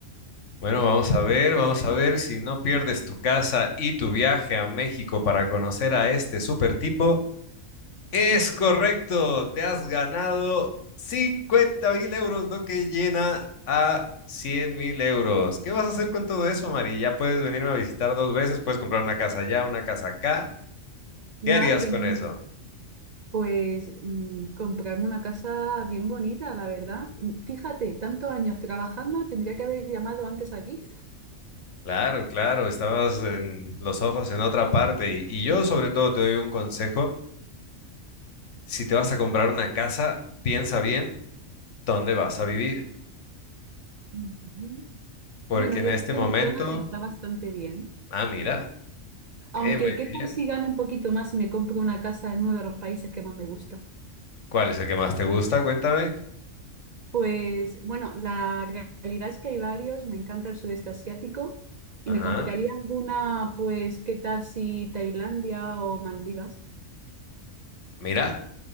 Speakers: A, on the left; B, on the right.
A: Bueno, vamos a ver, vamos a ver si no pierdes tu casa y tu viaje a México para conocer a este super tipo. Es
B: <laughs>
A: correcto, te has ganado 50 mil euros, lo que llena a 100 mil euros. ¿Qué vas a hacer con todo eso, Mari? Ya puedes venirme a visitar dos veces, puedes comprar una casa allá, una casa acá.
B: Madre
A: ¿Qué harías con
B: mía.
A: eso?
B: Pues mm, comprarme una casa bien bonita, la verdad. Mm, Fíjate, tantos años trabajando, tendría que haber llamado antes aquí.
A: Claro, claro, estabas en los ojos en otra parte y, y yo sobre todo te doy un consejo. Si te vas a comprar una casa, piensa bien dónde vas a vivir.
B: Ujú.
A: Porque
B: Bueno, yo
A: en este
B: creo que
A: momento,
B: mi zona está bastante bien.
A: ah, mira,
B: Aunque,
A: eh, muy
B: ¿qué
A: bien.
B: tal si gano un poquito más y me compro una casa en uno de los países que más me gusta?
A: ¿Cuál es el que más te gusta? Cuéntame.
B: Pues bueno, la realidad es que hay varios, me encanta el sudeste asiático y
A: Ajá,
B: me compraría alguna, pues, ¿qué tal si Tailandia o Maldivas?
A: mira,